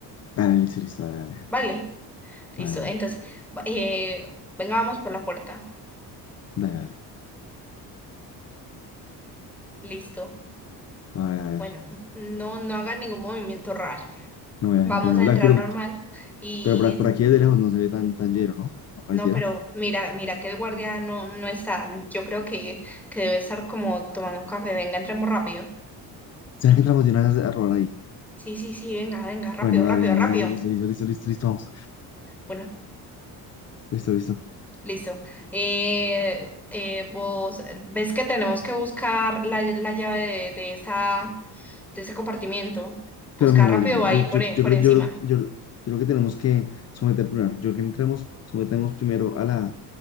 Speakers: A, on the left; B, in the centre.
A: Dale, listo, listo, dale,
B: Vale. Listo,
A: dale,
B: entonces, va- eh, venga, vamos por la puerta.
A: dale, dale, dale, dale.
B: Listo.
A: Vale, a ver,
B: Bueno, no, no haga ningún movimiento raro.
A: no, obviamente
B: Vamos
A: no.
B: a entrar
A: Dale, pero,
B: normal. Y
A: pero por, por aquí de lejos no se ve tan, tan lleno, ¿no? Apareciera.
B: y no, pero mira, mira que el guardia no, no está. Yo creo que, que debe estar como tomando un café. Venga, entremos rápido.
A: ¿Será que entramos de una vez a robar ahí?
B: Sí, sí, sí, venga, venga, rápido,
A: Bueno,
B: rápido,
A: dale, dale,
B: rápido.
A: dale, listo, listo, listo, listo, listo, vamos.
B: Bueno.
A: Listo, listo.
B: Listo. Eh, eh, vos ves que tenemos que buscar la, la llave de, de esa, de ese compartimiento. Buscar
A: Pero mira, mira,
B: rápido ahí
A: yo,
B: por,
A: yo,
B: e-
A: yo,
B: por
A: yo creo,
B: encima.
A: yo, creo- yo, yo creo que tenemos que someter primero. Yo creo que entremos, sometemos primero a la,